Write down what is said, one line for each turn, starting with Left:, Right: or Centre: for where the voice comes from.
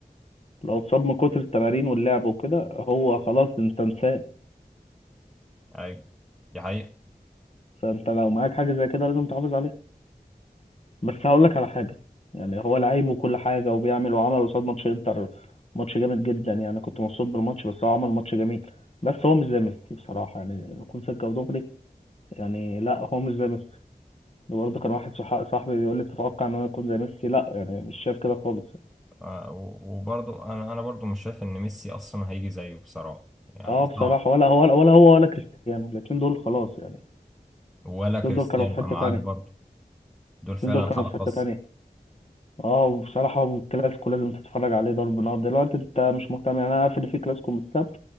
Left: لو اتصاب من كتر التمارين واللعب وكده هو خلاص انت انساه
Centre: ايوه دي حقيقة
Left: فانت لو معاك حاجه زي كده لازم تحافظ عليها بس هقول لك على حاجه يعني هو لعيب وكل حاجه وبيعمل وعمل قصاد ماتش انتر ماتش جامد جدا يعني كنت مبسوط بالماتش بس هو عمل ماتش جميل بس هو مش زي ميسي بصراحه يعني يكون سكه ودغري يعني لا هو مش زي ميسي ده برضه كان واحد صح- صاحبي بيقول لي تتوقع ان هو يكون زي ميسي لا يعني مش شايف كده خالص
Centre: آه، و- وبرضه انا انا برضه مش شايف ان ميسي اصلا هيجي زيه بصراحة يعني
Left: اه
Centre: صعب
Left: بصراحه ولا هو ولا هو ولا كريستيانو الاتنين دول خلاص يعني
Centre: ولا كريستيانو
Left: الاتنين دول كانوا في حته
Centre: معاك
Left: تانية
Centre: برضه دول
Left: الاتنين
Centre: فعلا
Left: دول كانوا
Centre: حالة
Left: في حته
Centre: خاصة
Left: تانية اه وبصراحة الكلاسيكو لازم تتفرج عليه ضرب نار دلوقتي انت مش مهتم يعني انا عارف ان في كلاسيكو من السبت